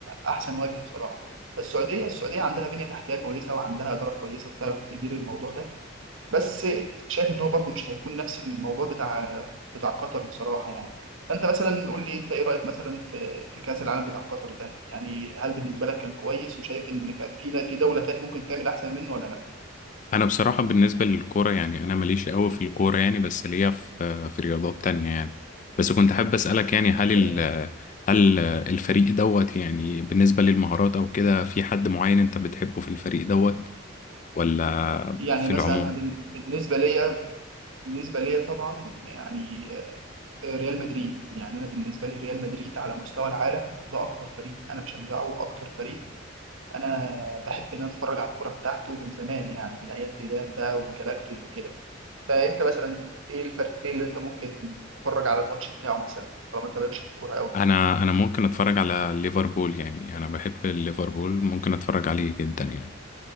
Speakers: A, on the right (about 80°); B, on the left (about 40°).
A: أحسن وجه بصراحة فالسعودية السعودية عندها بنية تحتية كويسة وعندها إدارة كويسة بتعرف تدير الموضوع ده بس شايف ان هو برضه مش هيكون نفس الموضوع بتاع بتاع قطر بصراحه يعني فانت مثلا قول لي انت ايه رايك مثلا في في كاس العالم بتاع قطر ده يعني هل بالنسبه لك كان كويس وشايف ان كان في في دوله تانية ممكن تعمل احسن منه ولا لا
B: انا بصراحة بالنسبة للكورة يعني انا ماليش قوي في الكورة يعني بس ليا في آه، في رياضات تانية يعني بس كنت حابب أسألك يعني هل ال
A: تمام
B: آه، هل آه، الفريق دوت يعني بالنسبة للمهارات او كده في حد معين انت بتحبه في الفريق دوت ولا
A: يعني
B: في
A: مثلا
B: العموم؟
A: أنا بال- بالنسبه ليا بالنسبه ليا طبعا يعني آه، ريال مدريد يعني انا بالنسبه لي ريال مدريد على مستوى العالم ده اكتر فريق انا بشجعه واكتر فريق انا بحب ان أنا اتفرج على الكوره بتاعته من زمان يعني من ايام زيدان بقى والجلاكتوس وكده فانت مثلا ايه الفريق اللي انت ممكن تتفرج على الماتش بتاعه مثلا طالما انت مالكش في الكوره قوي
B: انا انا ممكن اتفرج على ليفربول يعني انا بحب ليفربول ممكن اتفرج عليه جدا يعني